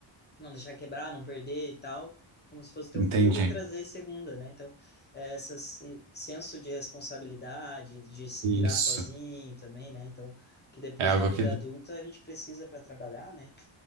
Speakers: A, on the left (about 20°); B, on the right (about 75°).
A: não deixar quebrar, não perder e tal, como se fosse teu
B: Entendi.
A: filho e trazer segunda, né? Então, é, essas um senso de responsabilidade, de se virar
B: Isso.
A: sozinho também, né? Então, que depois
B: É algo
A: na vida
B: que,
A: adulta a gente precisa para trabalhar, né?